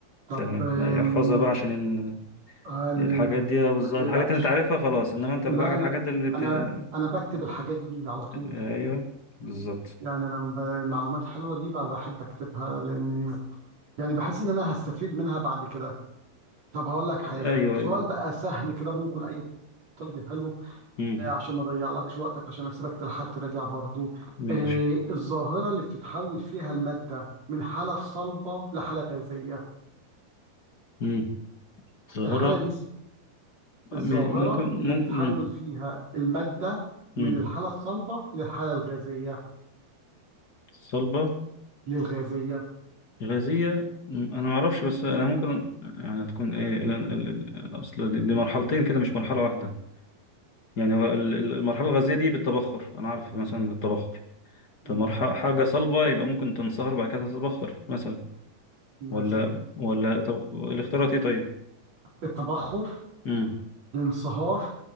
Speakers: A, on the right (about 45°); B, on the left (about 45°).
A: طب
B: تمام
A: آم،
B: لا، يحفظها بقى عشان ال-
A: هل
B: الحاجات
A: ال...
B: دي بالظبط
A: ما تقلقش
B: الحاجات اللي انت عارفها خلاص انما انت
A: لا
B: الحاجات
A: انا
B: الحاجات اللي بت...
A: انا
B: آه،
A: انا بكتب الحاجات دي على طول
B: ايوه بالظبط
A: يعني انا ب- المعلومات حلوه دي بقى بحب اكتبها لاني يعني بحس ان انا هستفيد منها بعد كده طب هقول لك حاجه
B: ايوه
A: سؤال
B: ايوه
A: بقى سهل كده ممكن اي طالب يحله
B: مم.
A: آه، عشان ما اضيعلكش وقتك عشان اسيبك تلحق تراجع برضو
B: ماشي
A: آه، الظاهره اللي بتتحول فيها الماده من حاله صلبه لحاله غازيه
B: مم. ظاهرة
A: الحاله دي اسم-
B: م-
A: الظاهره
B: ممكن
A: اللي
B: ممكن
A: بيتحول
B: مم.
A: فيها الماده
B: مم.
A: من الحاله الصلبه للحاله الغازيه
B: صلبة
A: للغازيه
B: غازية مم. أنا معرفش بس أنا ممكن يعني تكون إيه ال- ال- ال- أصل دي دي مرحلتين كده مش مرحلة واحدة يعني هو ال- ال- المرحلة الغازية دي بالتبخر أنا عارف مثلا بالتبخر
A: م-
B: طب مرحلة حاجة صلبة يبقى ممكن تنصهر بعد كده تتبخر مثلا
A: مثلا
B: ولا ولا طب الاختيارات إيه طيب؟
A: التبخر
B: مم.
A: الانصهار